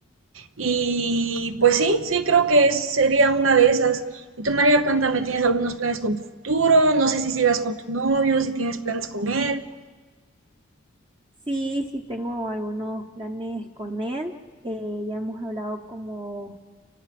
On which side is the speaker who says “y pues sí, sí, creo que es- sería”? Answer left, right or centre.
Right